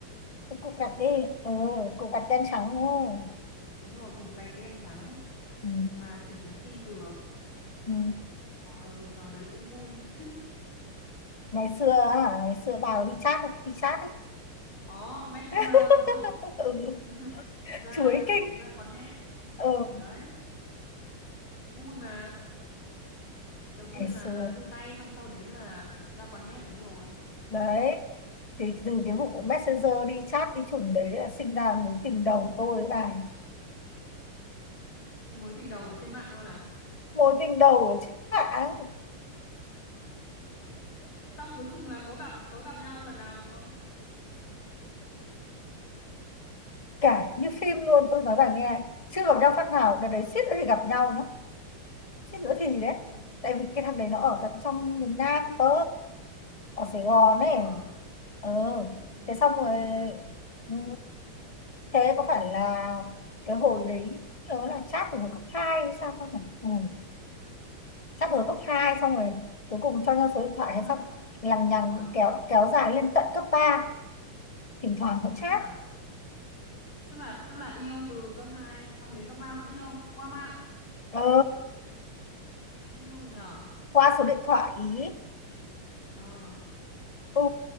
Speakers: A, on the left; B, on the left.
A: cái cục gạch đi ừ cục gạch đen trắng
B: Ừ,
A: đúng không
B: Đúng rồi, cục gạch đen trắng
A: ừ.
B: mà chỉ nhắn tin được.
A: Ừ.
B: Ờ, ừ, trò đấy cũng vui. <laughs>
A: ngày xưa hả, ngày xưa bà đi chat không? đi chat ấy.
B: Có Messenger
A: <laughs>
B: đúng không?
A: ừ.
B: <laughs> ra
A: chuối kinh
B: ra quán net
A: ừ.
B: đấy vui mà đầu tiên
A: ngày
B: là
A: xưa
B: là thư tay xong sau đến là ra quán net đúng rồi
A: đấy thì từ cái vụ
B: ừ.
A: messenger đi chat đi chủng đấy là sinh ra mối tình đầu tôi với bà
B: mối tình đầu ở trên mạng luôn à
A: mối tình đầu ở trên mạng
B: xong cuối cùng là có gặp có gặp nhau lần nào được không
A: cả như phim luôn tôi nói bà nghe chưa gặp nhau phát nào đợt
B: ờ
A: đấy suýt nữa thì gặp nhau nhá suýt nữa thì đấy
B: ui dồi.
A: tại vì cái thằng đấy nó ở tận trong miền Nam cơ ở Sài Gòn
B: ờ
A: ấy ờ
B: người
A: thế xong
B: miền
A: rồi
B: Nam
A: ừ, thế có phải là cái hồi đấy nhớ là chat từ hồi cấp 2 hay sao không nhỉ ừ. chat từ hồi cấp 2 xong rồi cuối cùng cho nhau số điện thoại
B: cấp
A: hay
B: hai
A: xong lằng nhằng
B: chuẩn
A: kéo kéo dài lên tận cấp ba thỉnh thoảng vẫn chat
B: ấy dạ tức là tức là yêu từ cấp 2 xong đến cấp 3 vẫn yêu qua mạng
A: ờ
B: siêu nhỏ
A: qua số điện thoại ý
B: ờ
A: Ừ,